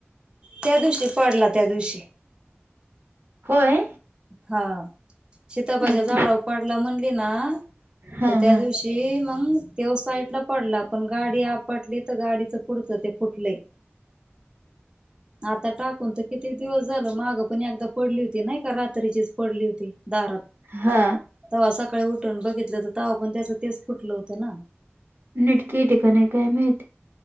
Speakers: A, on the right; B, on the right.
A: त्या दिवशी पडला त्या दिवशी
B: होय.
A: हा शताबाच्या
B: हा
A: झाडा पाडला म्हणली ना
B: हा
A: तर त्या
B: हा
A: दिवशी
B: हा
A: जे मग तेव साईडला पडला पण गाडी आपटली तर गाडीच पुढचं ते फुटलंय.
B: <unintelligible>
A: आता टाकून तर कितीक दिवस झालं मागं पण एकदा पडली होती नाही का रात रीचीच पडली होती दारात
B: हा.
A: तवा सकाळी उठून बघितलं तर तवा पण त्याच तेच फुटलं होतं ना.
B: निटके टिकने कायमत